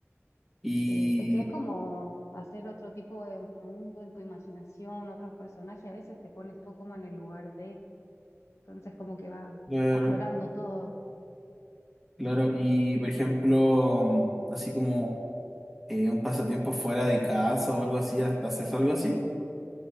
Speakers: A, in the centre; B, on the left (about 70°).
A: Y,
B: sí. Es que es como hacer otro tipo de mundo en tu imaginación, otros personajes, a veces te pones tú como en el lugar de, entonces como que va
A: claro,
B: aflorando todo.
A: claro, y por ejemplo, mm, así como eh, un pasatiempo fuera de casa o algo así, ¿ha- ¿haces algo así?